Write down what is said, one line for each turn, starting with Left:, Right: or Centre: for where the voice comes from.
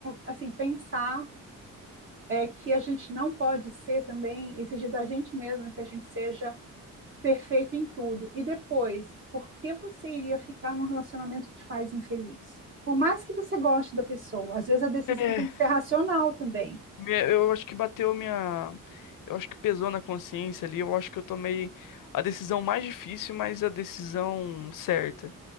Right: assim, pensar é que a gente não pode ser também exigir da gente mesmo que a gente seja perfeito em tudo. E depois, por que você iria ficar num relacionamento que te faz infeliz? Por mais que você goste da pessoa, às vezes a decisão
Left: É,
Right: tem que ser racional também.
Left: minha- eu acho que bateu minha. Eu acho que pesou na consciência ali. Eu acho que eu tomei a decisão mais difícil, mas a decisão certa.